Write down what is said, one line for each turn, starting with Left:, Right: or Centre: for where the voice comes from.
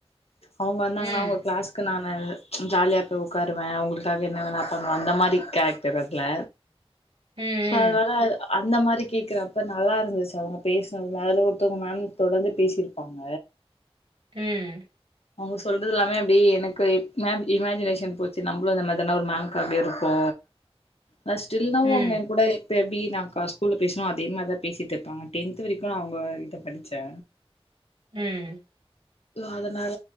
Left: அவுங்க வந்தாங்கனா
Right: ம்
Left: அவுங்க ஃக்ளாஸ்க்கு நான் நல் ஜாலியா போய் உக்காருவே அவுங்களுக்காக என்ன வேனா பண்ணுவ அந்த மாரி ஃகரெக்டர் அதுல
Right: ம்
Left: சோ
Right: ம்
Left: அதுனால அந்த மாரி கேக்குறப்ப நல்லா இருந்துச்சு அவுங்க பேசினதுல அதுல ஒருத்தவங்க மேம் தொடர்ந்து பேசிருப்பாங்க
Right: ம்
Left: அவுங்க சொல்றதுல்லாமே அப்டி எனக்கு மேம் இமஜினேஷன் போச்சு நம்ளு இந்த மாரிதான ஒரு மேம்காக இருப்போ நா ஸ்டில் நவ்
Right: ம்,
Left: அவுங்க எனக் இப்ப எப்டி நாக்கா ஸ்கூல்ல பேசனு அதே மாரிதா பேசிட்டு இருப்பாங்க டென்த் வரைக்கு நா அவுங்க கிட்ட படிச்சே
Right: ம்
Left: அதனால